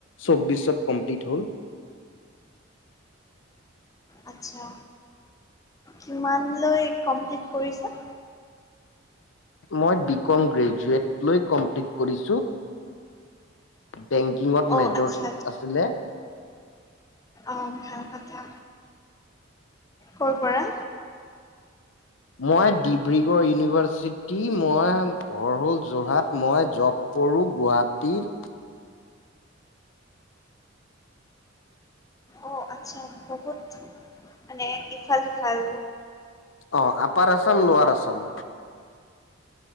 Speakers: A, on the left; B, on the left.
A: চৌবিশত কমপ্লিট হ'ল।
B: আচ্ছা কিমানলৈ কমপ্লিট কৰিছা?
A: মই বি কম গ্ৰেজুৱেট লৈ কমপ্লিট কৰিছোঁ। বেংকিঙত
B: অঁ
A: মেজৰ
B: আচ্ছা
A: আছিলে।
B: অ', ভাল কথা, কৰ পৰা?
A: মই ডিব্ৰুগড় ইউনিভাৰ্চিটি মই ঘৰ হ'ল যোৰহাট মই জব কৰোঁ গুৱাহাটীৰ
B: অ', আচ্ছা বহুত মানে ইফাল-সিফাল।
A: অ', আপাৰ আসাম, লোৱাৰ আসাম।